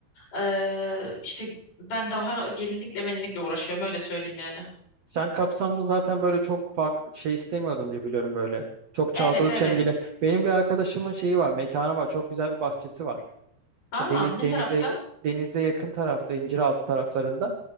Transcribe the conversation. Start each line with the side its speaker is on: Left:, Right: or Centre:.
Left: Ee, işte ben daha gelinlikle melinlikle uğraşıyorum öyle söyleyeyim yani.
Right: Sen kapsamlı zaten böyle çok farklı şey istemiyordun diye biliyorum böyle. Çok çalgılı
Left: Evet evet.
Right: çengeli. Benim bir arkadaşımın şeyi var, mekanı var. Çok güzel bir bahçesi var.
Left: Aa,
Right: Deniz
Left: ne
Right: denize
Left: tarafta?
Right: denize yakın tarafta, İnciraltı taraflarında.